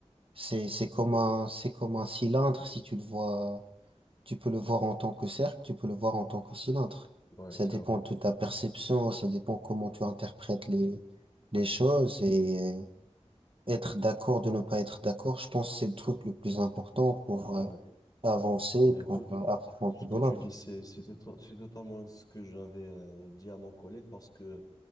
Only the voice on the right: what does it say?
C'est, c'est comme un, c'est comme un cylindre, si tu le vois, tu peux le voir en tant que cercle, tu peux le voir en tant que cylindre.
Ça
dépend
de ta perception, ça dépend comment tu interprètes les, les choses et euh, être d'accord de ne pas être d'accord, je pense que c'est le truc le plus important pour
euh, avancer,
pour
euh, apprendre
de
l'autre.